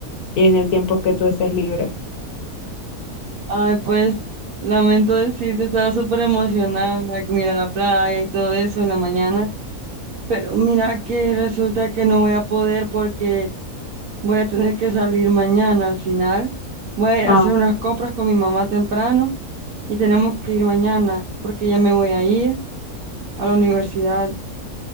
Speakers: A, on the left (about 90°); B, on the right (about 75°).
A: y en el tiempo que tú estés libre.
B: Ay, pues lamento decirte, estaba súper emocionada con ir a la playa y todo eso en la mañana, pero mira que resulta que no voy a poder porque voy a tener que salir mañana al final. Voy a ir
A: Ah,
B: a hacer unas compras con mi mamá temprano y tenemos que ir mañana porque ya me voy a ir a la universidad.